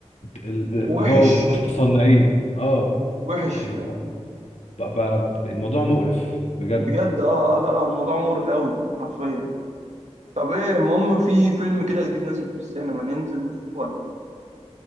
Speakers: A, on the left; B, on the right.
A: ال-
B: وحش
A: اللي هو متصنعين اه
B: وحش
A: يعني
B: فاهم
A: م- ب- ب- يعني الموضوع مقرف بجد
B: بجد اه آه، لا لا الموضوع مقرف قوي يعني حرفيا طب ايه المهم في فيلم كده جديد نازل في السينما ننزل نشوفه ولا ايه